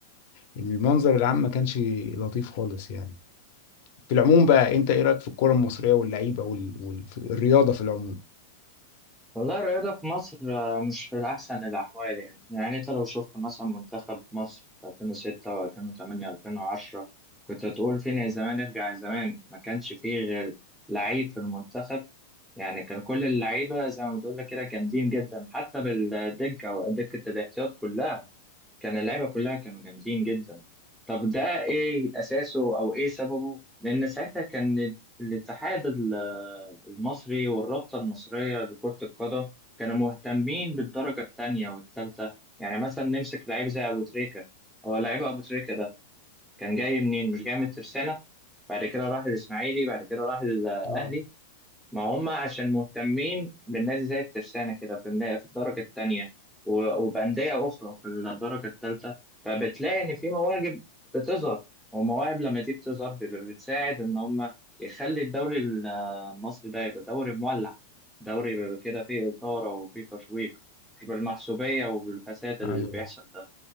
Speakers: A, on the left; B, in the centre.
A: فالمنظر العام ما كانش لطيف خالص يعني في العموم بقى انت ايه رأيك في الكرة المصرية واللعيبة وال- والرياضة في العموم؟
B: والله الرياضة في مصر آه، مش في أحسن الأحوال يعني يعني أنت لو شفت مثلا منتخب مصر في 2006 و2008 و2010 كنت هتقول فين يا زمان ارجع زمان ما كانش فيه غير لعيب في المنتخب يعني كان كل اللعيبة زي ما بتقول لك كده جامدين جدا حتى بالدكة ودكة الاحتياط كلها كان اللعيبه كلها كانوا جامدين جدا طب ده ايه اساسه او ايه سببه لان ساعتها كان الاتحاد ال- المصري والرابطه المصريه لكره القدم كانوا مهتمين بالدرجه الثانيه والثالثه يعني مثلا نمسك لعيب زي ابو تريكه هو لعيب ابو تريكه ده كان جاي منين مش جاي من الترسانه بعد كده راح الاسماعيلي بعد كده راح الاهلي
A: اه
B: ما هم عشان مهتمين بالنادي زي الترسانة كده في النا- في الدرجة التانية و- وبأندية أخرى في الدرجة التالتة فبتلاقي إن في مواهب بتظهر ومواهب لما دي بتظهر بيبقى بتساعد إن هم يخلي الدوري ال- المصري ده يبقى دوري مولع دوري بيبقى كده فيه إثارة وفيه تشويق مش بالمحسوبية وبالفساد اللي
A: ايوه
B: بيحصل ده